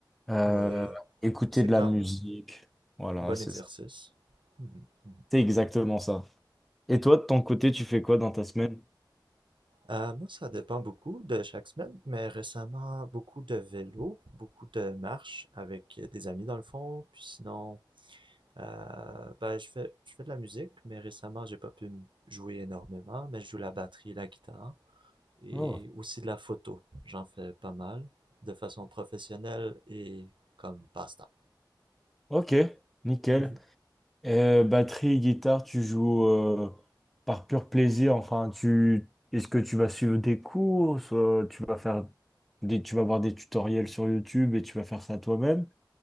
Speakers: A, in the centre; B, on the right.
A: Euh,
B: ouais,
A: écouter
B: c'est
A: de
B: quand
A: la musique.
B: même
A: Voilà,
B: un bon
A: c'est
B: exercice.
A: ça.
B: Mhm, mhm.
A: C'est exactement ça. Et toi, de ton côté, tu fais quoi dans ta semaine?
B: Euh, moi, ça dépend beaucoup de chaque semaine, mais récemment, beaucoup de vélo, beaucoup de marches avec des amis dans le fond, puis sinon, Euh, ben, je fais, je fais de la musique, mais récemment, j'ai pas pu m- jouer énormément, mais je joue la batterie, la guitare et
A: Oh,
B: aussi de la photo. J'en fais pas mal de façon professionnelle et comme passe-temps.
A: ok, nickel.
B: Mhm.
A: Euh, batterie, guitare, tu joues euh, par pur plaisir. Enfin, tu est-ce que tu vas suivre des cours, soit tu vas faire des, tu vas voir des tutoriels sur YouTube et tu vas faire ça toi-même?